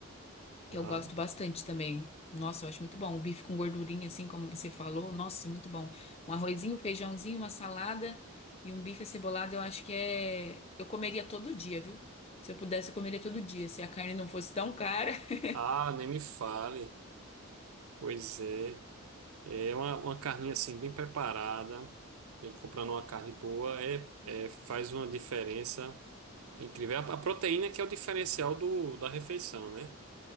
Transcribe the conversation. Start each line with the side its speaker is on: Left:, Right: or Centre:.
Left: que
Right: Ah,
Left: eu gosto bastante também. Nossa, eu acho muito bom. Um bife com gordurinha, assim como você falou. Nossa, muito bom. Um arrozinho, um feijãozinho, uma salada e um bife acebolado, eu acho que é. Eu comeria todo dia, viu? Se eu pudesse, eu comeria todo dia. Se a carne não fosse tão cara. <laughs>
Right: ah, nem me fale. Pois é. É uma, uma carninha assim bem preparada. A gente comprando uma carne boa é, é- faz uma diferença incrível. É A, a proteína que é o diferencial do, da refeição, né?